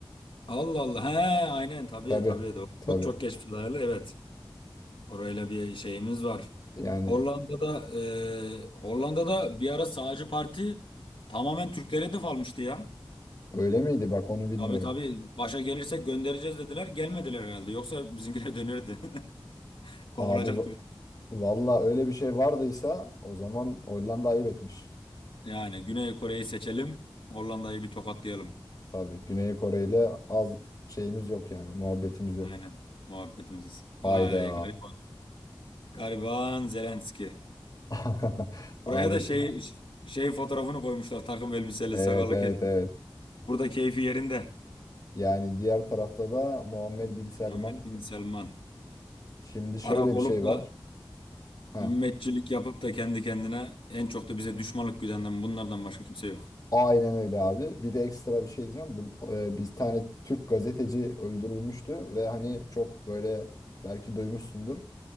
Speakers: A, on the left (about 75°); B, on the left (about 40°).
A: Allah Allah. He aynen tabii
B: Tabii
A: tabii doğru.
B: tabii.
A: Çok çok geç filarlı evet. Orayla bir şeyimiz var.
B: Yani
A: Hollanda'da e, Hollanda'da bir ara sağcı parti tamamen Türklere hedef almıştı ya.
B: öyle miydi bak onu bilmiyorum.
A: Tabii tabii başa gelirsek göndereceğiz dediler. Gelmediler herhalde. Yoksa bizimkiler dönürdü. <laughs> Kovulacaktı
B: Abi va- valla öyle bir şey vardıysa o zaman Hollanda ayıp etmiş.
A: Yani Güney Kore'yi seçelim. Hollanda'yı bir tokatlayalım.
B: Tabii Güney Kore ile az şeyimiz yok yani muhabbetimiz yok.
A: Aynen muhabbetimiz. Vay
B: Hayda.
A: gariban. Gariban Zelenski.
B: <laughs> Abi
A: Buraya da
B: şimdi.
A: şey şey fotoğrafını koymuşlar. Takım elbiseli,
B: Evet
A: sakallı
B: evet
A: kesmiş.
B: evet.
A: Burada keyfi yerinde.
B: Yani diğer tarafta da Muhammed Bin Selman.
A: Muhammed bin Selman.
B: Şimdi şöyle
A: Arap
B: bir
A: olup
B: şey
A: da
B: var. Heh.
A: ümmetçilik yapıp da kendi kendine en çok da bize düşmanlık güdenden bunlardan başka kimse yok.
B: Aynen öyle abi. Bir de ekstra bir şey diyeceğim. Bu, e, bir tane Türk gazeteci öldürülmüştü ve hani çok böyle belki duymuşsundur.